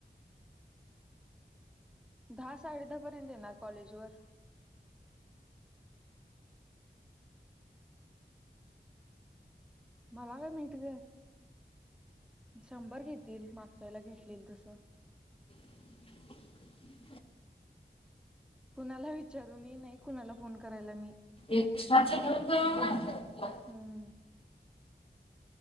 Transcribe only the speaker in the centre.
दहा साडे दहा पर्यंत येणार कॉलेज वर... मला काय माहित ग शंभर घेतील मागच्या वेळेला देतील तसं
कुणाला विचारू मी नाही कुणाला फोन करायला मी...
हम्म